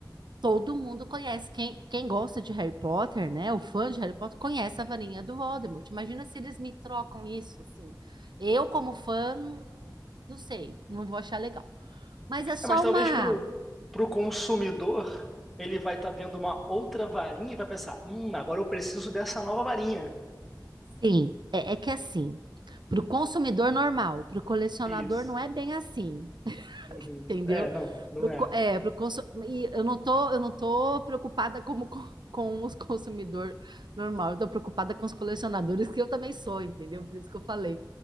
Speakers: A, on the right; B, in the centre.
A: Todo mundo conhece. Quem, quem gosta de Harry Potter, né? O fã de Harry Potter conhece a varinha do Voldemort. Imagina se eles me trocam isso, assim. Eu, como fã, não sei, não vou achar legal. Mas é só
B: É, mas talvez
A: uma.
B: pro, pro consumidor, ele vai estar vendo uma outra varinha e vai pensar, hum, agora eu preciso dessa nova varinha.
A: Sim, é, é que assim, para o consumidor normal, para o colecionador
B: Isso.
A: não é bem assim,
B: Uhum.
A: entendeu?
B: É, não, não
A: Pro,
B: é.
A: co- é, pro consu... E eu não tô, eu não tô preocupada como, co- <laughs> com os consumidor normal, eu tô preocupada com os colecionadores, que eu também sou, entendeu? Por isso que eu falei.